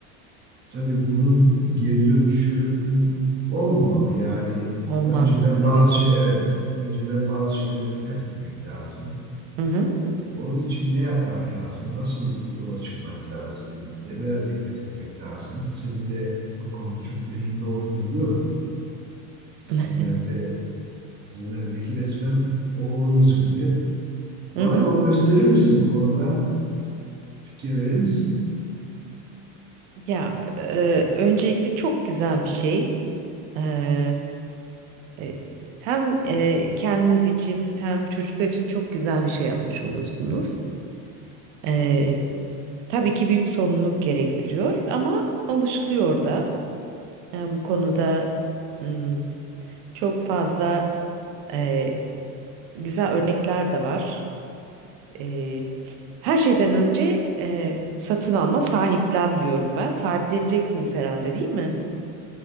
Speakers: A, on the right; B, on the right.
A: tabii bunun geri dönüşü olmamalı. Yani
B: olmaz.
A: önceden bazı
B: Evet.
A: şey evet önceden bazı şeylere dikkat etmek lazım.
B: Hı hı.
A: Onun için ne yapmak lazım? Nasıl yola çıkmak lazım? Nelere dikkat etmek lazım? Senin de bu konuda çok deneyimli olduğunu biliyorum. Sizin
B: <laughs>
A: evde, sizin evdeki resmen oğlunuz gibi.
B: Hı
A: Bana
B: hı.
A: yol gösterir misin bu konuda? Fikir verir misin?
B: Ya e, öncelikle çok güzel bir şey. E, e, hem e, kendiniz için hem çocuklar için çok güzel bir şey yapmış olursunuz. E, tabii ki büyük sorumluluk gerektiriyor ama alışılıyor da. E, bu konuda hmm, çok fazla e, güzel örnekler de var. Ee, her şeyden önce e, satın alma, sahiplen diyorum ben. Sahipleneceksiniz herhalde, değil mi?